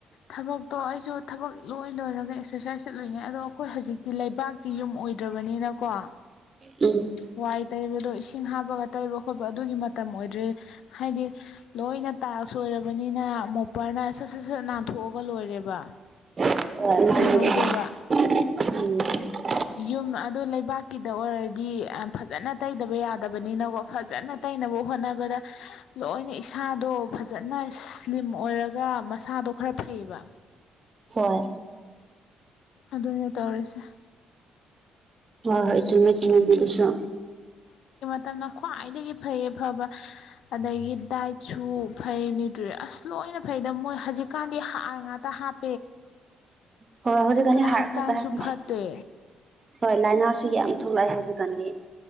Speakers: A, on the left; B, on the right.
A: ꯊꯕꯛꯇꯣ ꯑꯩꯁꯨ ꯊꯕꯛ ꯂꯣꯏ ꯂꯣꯏꯔꯒ ꯑꯦꯛꯁꯔꯁꯥꯏꯁ ꯆꯠꯂꯨꯢꯅꯦ ꯑꯗꯣ ꯑꯩꯈꯣꯏ ꯍꯧꯖꯤꯛꯇꯤ ꯂꯩꯕꯥꯛꯀꯤ ꯌꯨꯝ ꯑꯣꯏꯗ꯭ꯔꯕꯅꯤꯅꯀꯣ
B: ꯎꯝ
A: ꯋꯥꯏ ꯇꯩꯕꯗꯣ ꯏꯁꯤꯡ ꯍꯥꯞꯄꯒ ꯇꯩꯕ ꯈꯣꯠꯄ ꯑꯗꯨꯒꯤ ꯃ ꯇꯝ ꯑꯣꯏꯗ꯭ꯔꯦ ꯍꯥꯏꯗꯤ ꯂꯣꯏꯅ ꯇꯥꯢꯜꯁ ꯑꯣꯢꯔꯕꯅꯤ ꯅ ꯃꯣꯄꯔꯅ ꯁꯠ ꯁꯠ ꯁꯠ ꯅꯥꯟꯊꯣꯛꯑꯒ ꯂꯣꯏꯔꯦꯕ
B: ꯑꯣ
A: ꯀꯨꯏꯍꯧꯗꯦꯕ
B: <unintelligible>
A: ꯌꯨꯝ ꯑꯗꯨ ꯂꯩꯕꯥꯛꯀꯤꯗ ꯑꯣꯏꯔꯗꯤ ꯐꯖꯅ ꯇꯩꯗꯕ ꯌꯥꯗꯕꯅꯤꯅꯀꯣ ꯐꯖꯅ ꯇꯩꯅꯕ ꯍꯣꯠꯅꯕꯗ ꯂꯣꯏꯅ ꯏꯁꯥꯗꯣ ꯐꯖꯅ ꯏꯁ ꯂꯤꯝ ꯑꯣꯏꯔꯒ ꯃꯁꯥꯗꯣ ꯈꯔ ꯐꯩꯕ
B: ꯍꯣꯏ
A: ꯑꯗꯨꯅꯦ ꯇꯧꯔꯤꯁꯦ
B: ꯍꯣꯏ ꯍꯣꯏ ꯆꯨꯝꯃꯦ ꯆꯨꯝꯃꯦ ꯑꯗꯨꯁꯨ
A: <unintelligible> ꯈ꯭ꯋꯥꯏꯗꯒꯤ ꯐꯩꯌꯦ ꯐꯕ ꯑꯗꯒꯤ ꯗꯥꯏꯠꯁꯨ ꯐꯩ ꯅ꯭ꯌꯨꯇ꯭ꯔꯤ ꯑꯁ ꯂꯣꯏꯅ ꯐꯩꯗ ꯃꯣꯏ ꯍꯧꯖꯤꯛꯀꯥꯟꯗꯤ ꯍꯥꯔ ꯉꯥꯛꯇ ꯍꯥꯞ
B: ꯍꯣꯏ ꯍꯧꯖꯤꯛ ꯀꯥꯟꯗꯤ ꯍꯥꯔ
A: ꯍꯛꯆꯥꯡꯁꯨ
B: ꯈꯛꯇ ꯍꯥꯞꯄꯦ
A: ꯐꯠꯇꯦ
B: ꯍꯣꯏ ꯂꯥꯏꯅꯥꯁꯨ ꯌꯥꯝ ꯊꯣꯛꯂꯛꯑꯦ ꯍꯧꯖꯤꯛꯀꯥꯟꯗꯤ